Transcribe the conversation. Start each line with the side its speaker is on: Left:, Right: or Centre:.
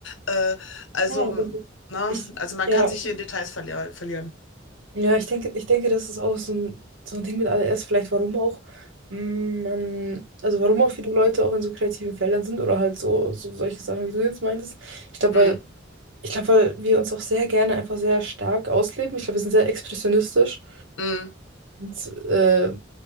Left: Äh, also,
Right: Ja, also
Left: ne?
Right: ich,
Left: Also man
Right: ja,
Left: kann sich
Right: ich,
Left: hier in Details verli verlieren.
Right: ja, ich denke, ich denke, das ist auch so ein, so ein Ding mit ADS, vielleicht warum auch mm, man, also warum auch viele Leute auch in so kreativen Feldern sind oder halt so, so solche Sachen, wie du jetzt meintest. Ich glaube,
Left: Mhm.
Right: Ich glaube, weil wir uns auch sehr gerne einfach sehr stark ausleben. Ich glaube, wir sind sehr expressionistisch.
Left: Mhm.
Right: Und äh,